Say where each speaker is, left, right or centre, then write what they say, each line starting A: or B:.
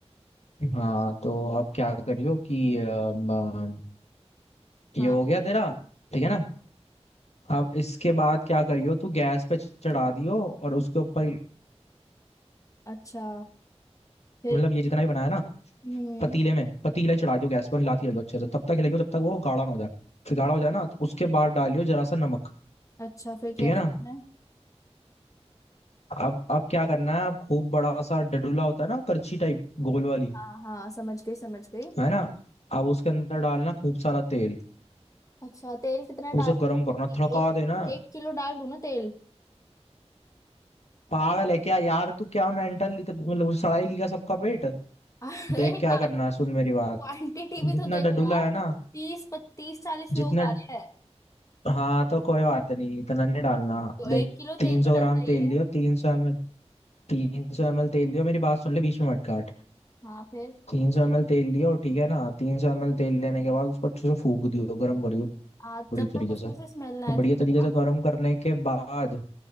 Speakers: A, on the left; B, on the left.
A: हाँ तो अब क्या करियो कि अम, अम,
B: हाँ
A: ये हो गया तेरा ठीक
B: हम्म,
A: है ना अब इसके बाद क्या करियो तू गैस पे चढ़ा दियो और उसके ऊपर
B: अच्छा फिर
A: मतलब ये जितना भी बनाया ना
B: हम्म
A: पतीले में पतीला ही चढ़ा दियो गैस पर हिलाती रहियो अच्छे से तब तक हिलाइयो जब तक वो गाढ़ा ना हो जाए फिर गाढ़ा हो जाए ना तो उसके बाद डालियो जरा सा नमक
B: अच्छा फिर क्या
A: ठीक है
B: करना
A: ना
B: है?
A: अब अब क्या करना है अब खूब बड़ा सा डडूला होता है ना करछी टाइप गोल वाली
B: हाँ हाँ समझ गई समझ गई
A: है ना अब उसके अंदर डालना खूब सारा तेल
B: अच्छा तेल कितना डालना
A: उसे गर्म
B: है मतलब
A: करना
B: कि
A: थड़का
B: एक
A: देना
B: एक किलो डाल दूं ना तेल
A: पागल है क्या यार तू क्या मेंटल मतलब उस सड़ाई की क्या सबका पेट
B: <laughs> अरे
A: देख क्या
B: यार
A: करना है सुन मेरी बात
B: क्वांटिटी भी
A: जितना
B: तो देखो
A: डडूला
B: यार
A: है ना
B: तीस पत्तीस चालीस लोग
A: जितना
B: आ रहे हैं
A: हाँ तो कोई बात नहीं इतना नहीं डालना
B: तो
A: देख
B: एक किलो
A: तीन
B: तेल
A: सौ
B: तो
A: ग्राम
B: डलता
A: तेल
B: ही है
A: लियो तीन सौ एम एल तीन सौ एम एल तेल लियो मेरी बात सुन ले बीच में मत काट
B: हाँ फिर
A: तीन सौ एम एल तेल लियो ठीक है ना तीन सौ एम एल तेल लेने के बाद उसको अच्छे से फूक दियो गर्म करियो
B: आ,
A: बड़ी
B: जब
A: तरीके
B: तक उसमें
A: से
B: से स्मेल ना आए
A: बढ़िया
B: तब तक
A: तरीके
B: ना
A: से गर्म करने के बाद